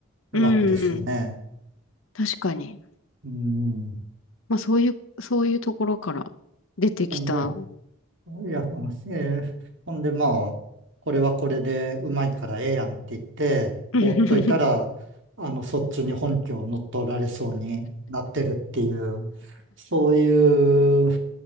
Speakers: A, on the left; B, on the right.
A: うん
B: 楽ですよね。
A: 確かに。
B: うん。
A: まあそういう、そういうところから出てきた。
B: ほんでいや、もうえーほんで、まあ、これはこれでうまいからええやんって言って、
A: <laughs>
B: 放っといたら、あの、そっちに本拠を乗っ取られそうになってるっていう、そういう、